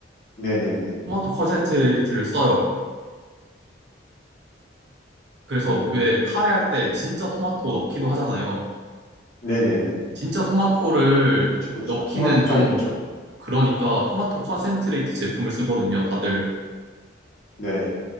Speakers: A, on the left (about 50°); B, on the right (about 60°).
A: 네네네.
B: 토마토 컨센트레이트를 써요. 그래서
A: 음,
B: 왜 카레 할 때 진짜 토마토 넣기도 하잖아요.
A: 네네 네.
B: 진짜 토마토를
A: 그쵸, 그쵸.
B: 넣기는
A: 토마토 카레
B: 좀
A: 있죠.
B: 그러니까 토마토 컨센트레이트 제품을 쓰거든요, 다들.
A: 네,